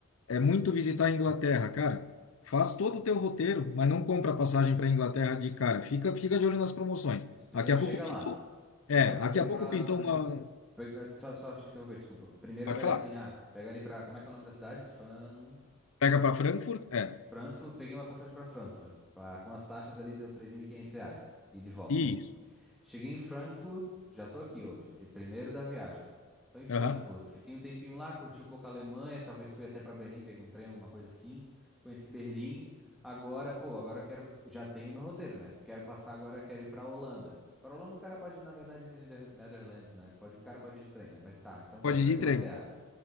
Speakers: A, on the left; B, in the centre.
A: é muito visitar a Inglaterra, cara. Faz todo o teu roteiro, mas não compra passagem para Inglaterra de cara. Fica, fica de olho nas promoções.
B: Primeiro
A: Daqui a
B: chega
A: pouco pintou.
B: lá. Tu
A: É,
B: compra primeiro
A: daqui a pouco
B: pra,
A: pintou
B: por exemplo.
A: uma.
B: pe- eh, Só, só te interromper, desculpa. Primeiro
A: Pode
B: pega
A: falar.
B: assim, ah, pega ali pra. Como é que é o nome da cidade? Fan...
A: Pega para Frankfurt. É.
B: Frankfurt. Peguei uma passagem pra Frankfurt. Pá, com as taxas ali deu 3.500 reais. E de volta.
A: Isso.
B: Cheguei em Frankfurt, já tô aqui hoje, de primeiro da viagem. Tô em Frankfurt,
A: Aham.
B: fiquei um tempinho lá, curti um pouco a Alemanha, talvez fui até pra Berlim, peguei um trem, alguma coisa assim. Conheci Berlim. Agora, pô, agora eu quero, já tenho meu roteiro, né? Quero passar agora, quero ir pra Holanda. Pra Holanda o cara pode ir, na verdade, ali na Nether- Netherlands, né? Pode, o cara pode ir de trem, né? Mas tá, então quero
A: Pode
B: ir
A: ir
B: pra
A: de
B: Inglaterra.
A: trem.